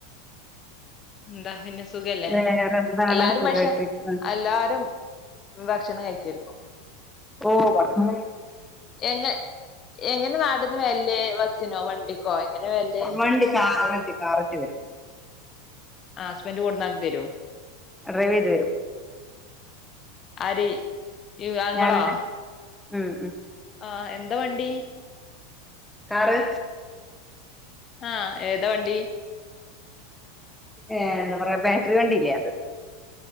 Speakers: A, on the left; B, in the centre.
A: എന്താ പിന്നെ സുഖല്ലേ
B: വേറെന്തൊക്കെ? വേറെന്താണ്
A: എല്ലാരും
B: സുഖായിട്ടിരിക്ക്ണ്
A: പശ എല്ലാരും ഭക്ഷണം കഴിച്ചരിക്കോ
B: ഓ വർത്ത
A: എങ്ങ എങ്ങനെ നാടിന്ന് വല്ലേ ബസിനോ വണ്ടിക്കോ എങ്ങനെ വല്ലേ
B: വണ്ടി കാ മറ്റേ കാററ്റ് വരും
A: ആ ഹസ്ബൻഡറ് കൊടന്നക്ക് തരോ
B: ഡ്രൈവ് ചെയ്ത് വരും
A: അരി അങ്ങളോ
B: ഞാനെന്നെ ഉം ഉം
A: ആഹ എന്താ വണ്ടി
B: കാറ്
A: ആഹ ഏതാ വണ്ടി
B: ഏ എന്താ പറയാ ബാറ്ററി വണ്ടല്ലേ അത്